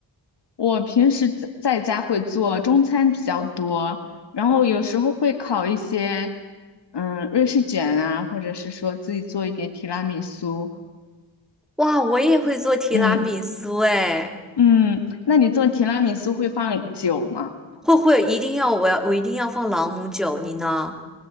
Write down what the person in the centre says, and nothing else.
哇，我也会做提拉米苏哎，
会会一定要我要我一定要放朗姆酒，你呢？